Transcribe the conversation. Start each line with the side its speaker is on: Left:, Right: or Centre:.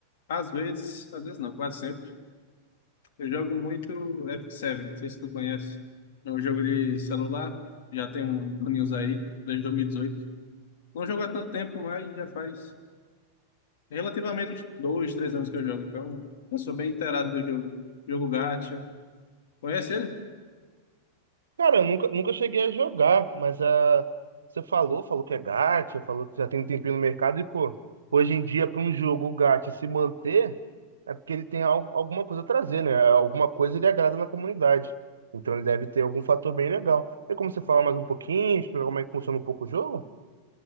Left: às vezes, às vezes não, quase sempre, eu jogo muito Epic Seven, não sei se tu conhece. É um jogo de celular, já tem um aninhos aí, desde 2018. Não jogo há tanto tempo, mas já faz relativamente dois, três anos que eu jogo, então eu sou bem inteirado do jogo. Jogo Gacha. Conhece ele?
Right: Cara, eu nunca, nunca cheguei a jogar, mas ah, você falou, falou que é gacha, falou que já tem um tempinho no mercado e, pô, hoje em dia, para um jogo gacha se manter, é porque ele tem al- alguma coisa a trazer, né? É, Alguma coisa ele agrada na comunidade. Então ele deve ter algum fator bem legal. Tem como você falar mais um pouquinho, explicar como é que funciona um pouco o jogo?